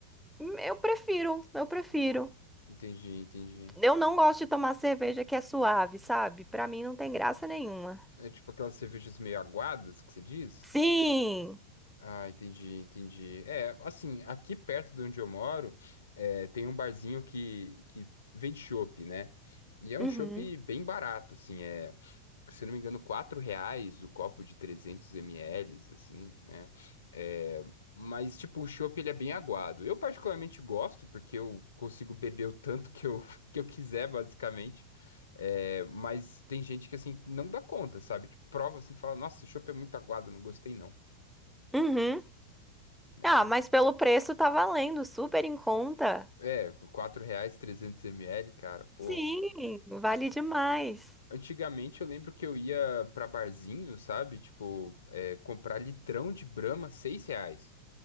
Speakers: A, in the centre; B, on the left.
A: hum, eu prefiro, eu prefiro.
B: entendi, entendi.
A: Eu não gosto de tomar cerveja que é suave, sabe? Para mim não tem graça nenhuma.
B: É tipo aquelas cervejas meio aguadas que você diz?
A: Sim!
B: Ah, entendi, entendi. É, assim, aqui perto de onde eu moro, é, tem um barzinho que, que vende chopp, né? E é um
A: Uhum.
B: chopp bem barato, assim, é, se eu não me engano, 4 reais o copo de 300 ml, assim, né? É, mas, tipo, o chopp, ele é bem aguado. Eu particularmente gosto, porque eu consigo beber o tanto que eu, <laughs> que eu quiser, basicamente. É, mas tem gente que, assim, não dá conta, sabe? Tipo, prova, assim, fala, nossa, esse chopp é muito aguado, não gostei, não.
A: Uhum.
B: né?
A: Ah, mas pelo preço tá valendo, super em conta.
B: É, 4 reais trezentos ml, cara, pô.
A: Sim, vale
B: a-
A: demais.
B: Antigamente eu lembro que eu ia pra barzinho, sabe? Tipo, é, comprar litrão de Brahma, 6 reais,